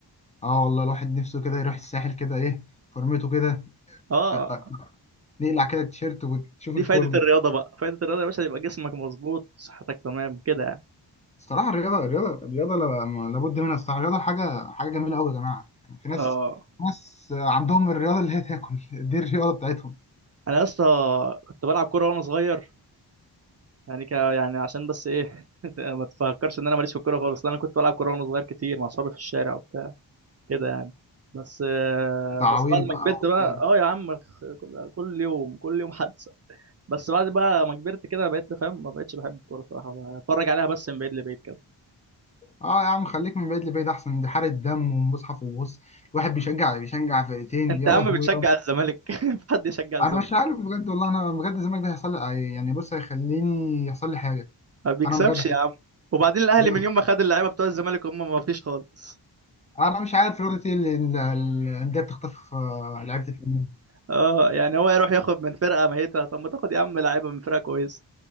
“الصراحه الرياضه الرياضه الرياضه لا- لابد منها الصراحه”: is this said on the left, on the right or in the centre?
Left